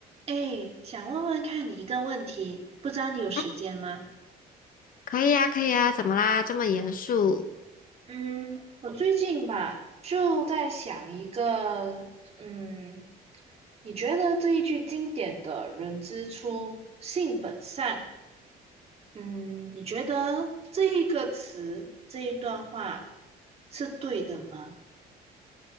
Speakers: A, on the right; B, on the left.
A: 哎，想问问看你一个问题，不知道你有时间吗？
B: 嗯，可以啊，可以啊，怎么啦？这么严肃？
A: 嗯，我最近吧就在想一个，嗯，你觉得这一句经典的“人之初，性本善”，嗯，你觉得这一个词，这一段话是对的吗？